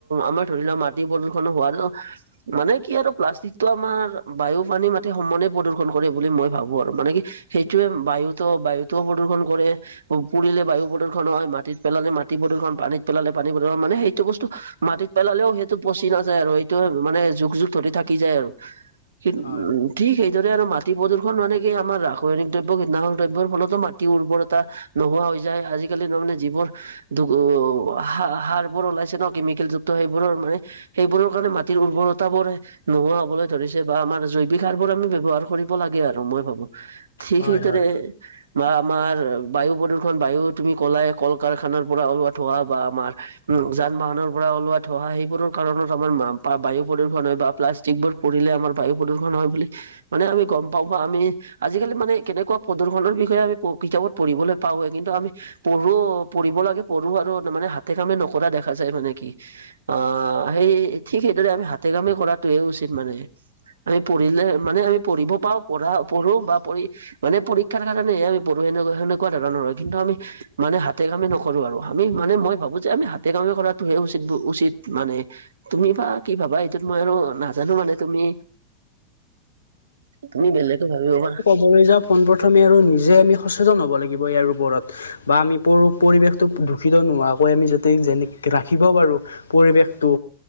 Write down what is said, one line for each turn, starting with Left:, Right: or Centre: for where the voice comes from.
Right: আমাৰ ধৰি লোৱা মাটি প্ৰদূষণ হোৱাটো মানে কি আৰু প্লাষ্টিকটো আমাৰ বায়ু পানী মাটি সমানে প্ৰদূষণ কৰে বুলি মই ভাবো আৰু মানে কি সেইটোৱে বায়ুতো বায়ুতো প্ৰদূৰ্ষণ কৰে পুুৰিলে বায়ু প্ৰদূষণ হয় মাটিত পেলালে মা টি প্ৰদূষণ পানীত পেলালে পানী প্ৰদূৰ্ষণ মানে সেইটো বস্তু মাটিত পেলালেও সেই টো পচি নাযায় আৰু এইটো মানে যুগ যুগ ধৰি থাকি যায় আৰু <unintelligible>
Left: হয়
Right: ঠিক সেইদৰে আৰু মাটি প্ৰদূৰ্ষণ মানে কি আমাৰ ৰাসায়নিক দ্ৰব্য কীটনাশক দ্ৰব্যৰ ফলতো মাটিৰ উৰ্বৰতা নোহোৱা হৈ যায় আজিকালি তাৰ মানে যিবোৰ <unintelligible> সাৰ বোৰ ওলাইছে ন কেমিকেল যুক্ত সেইবোৰৰ মানে সেইবোৰৰ কাৰণে মাটিৰ উৰ্বৰতা বোৰে নোহোৱা হ'বলৈ ধৰিছে বা আমাৰ জৈৱিক সাৰবোৰ আমি ব্যৱহাৰ কৰিব লাগে আৰু মই ভাবোঁ ঠিক
Left: হয়
Right: সেইদৰে
Left: হয়
Right: বা আমাৰ বায়ু প্ৰদূৰ্ষণ বায়ু তুমি কলায়ে কল কাৰখানাৰ পৰা ওলোৱা ধোঁৱা বা আমাৰ উম যান বাহনৰ পৰা ওলোৱা ধোৱা সেইবোৰৰ কাৰণত আমাৰ মামপা বায়ু প্ৰদূষণ হয় বা প্লাষ্টিক বোৰ পুৰিলে আমাৰ বায়ু প্ৰদূৰ্ষণ হয় বুলি মানে আমি গম পাওঁ বা আমি আজিকালি মানে কেনেকোৱা প্ৰদূৰ্ষণৰ বিষয়ে আমি প কিতাপত পঢ়িবলৈ পাওঁৱে কিন্তু আমি পঢ়ো পঢ়িব লাগে পঢ়ো আৰু তাৰ মানে হাতে কামে নকৰা দেখা যায় মানে কি আ আ সেই ঠিক সেইদৰে আমি হাতে কামে কৰাটোৱে উচিত মানে আমি পঢ়িলে মানে আমি পঢ়িব পাওঁ পঢ়া পঢ়ো বা পঢ়ি মানে পৰীক্ষাৰ কাৰণেহে আমি পঢ়ো সেনেকোৱা সেনেকোৱা ধৰণৰ হয় কিন্তু আমি মানে হাতে কামে নকৰোঁ আৰু আমি মানে মই ভাবো যে আমি হাতে কামে কৰাটোহে উচিত উচিত মানে তুমি বা কি ভাবা এইটোত মই আৰু নাজানো মানে তুমি তুমি বেলেগো ভাবিব পাৰা।
Left: পঢ়ি যাওঁ পোনপ্ৰথমে আৰু নিজে আমি সচেতন হ'ব লাগিব ইয়াৰ ওপৰত বা আমি পৰু পৰিৱেশটোক দূষিত নোহোৱাকৈ আমি যদি যেনেকে ৰাখিব পাৰোঁ পৰিৱেশটো